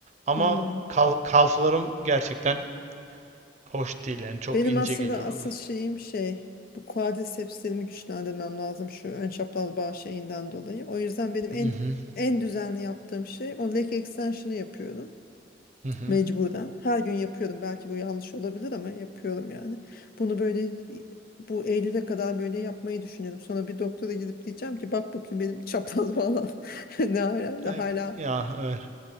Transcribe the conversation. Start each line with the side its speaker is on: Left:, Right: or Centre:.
Right: Ama
Left: Hı.
Right: kal kalflarım gerçekten hoş değil yani çok
Left: Benim
Right: ince
Left: aslında
Right: geliyor
Left: asıl
Right: bana.
Left: şeyim şey bu quadricepslerimi güçlendirmem lazım şu ön çapraz bağ şeyinden dolayı. O yüzden benim en
Right: Hı hı.
Left: en düzenli yaptığım şey o leg extension'ı yapıyorum
Right: Hı hı.
Left: mecburen. Her gün yapıyorum. Belki bu yanlış olabilir ama yapıyorum yani. Bunu böyle bu Eylül'e kadar böyle yapmayı düşünüyorum. Sonra bir doktora gidip diyeceğim ki bak bakayım benim çapraz bağlar <laughs> ne alemde
Right: Ay,
Left: hala
Right: Ya öyle.